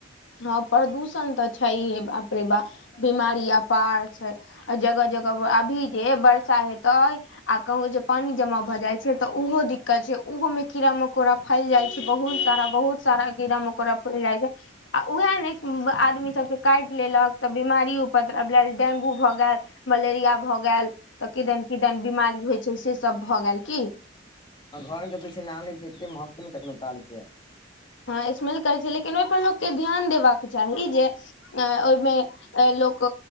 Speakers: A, on the left (about 70°); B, on the left (about 25°).
A: हां प्रदूषण तऽ छैहये बाप रे बा बिमारी अपार छै। अ जगह-जगह पर अभी जे बरसा हेतै आ कहु जे पानी जमा भऽ जाय छै तऽ उहो दिक्कत छै, उहो मे कीड़ा-मकौड़ा फैल जाय छै बहुत सारा, बहुत सारा कीड़ा-मकौड़ा फैल जाय छै। आ उहाए नै उम्म ब आदमी सब के काएट लेलक तऽ बिमारी उपद्रव लाए, डेंगू भऽ गेल मलेरिया भऽ गेल तऽ किदन-किदन बिमारी होय छै से सब भऽ गेल की।
B: आ घर के पीछे नाली छै, एते महकतौ नै कखनो काल के।
A: हां स्मेल करै छै, लेकिन ओय पर लोक के ध्यान देबाक चाही जे ए ओय मे ए लोक